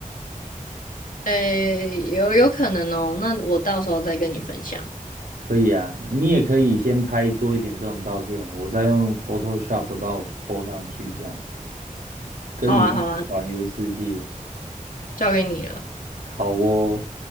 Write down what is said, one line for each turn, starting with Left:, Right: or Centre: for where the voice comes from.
Left: 诶，有有可能哦。那我到时候再跟你分享。
Right: 可以啊，你也可以先拍多一点这种照片，我再用 Photoshop 把我 po 上去，这样跟你一起环游世界。
Left: 好啊，好啊，交给你了。
Right: 好哦。